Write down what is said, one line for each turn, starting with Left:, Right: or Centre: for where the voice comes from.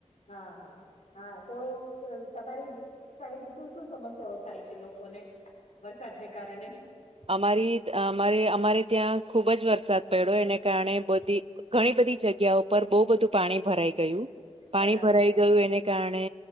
Left: હા હા હા તો ત તમારી સાઈડ શું શું સમસ્યાઓ થાય છે લોકોને વરસાદને કારણે
Right: અમારી અમારે અમારે ત્યાં ખુબ જ વરસાદ પડ્યો એને કારણે બધી ઘણી બધી જગ્યા ઉપર બહુ બધું પાણી ભરાઈ ગયું
Left: બરાબર
Right: પાણી ભરાઈ ગયું એને કારણે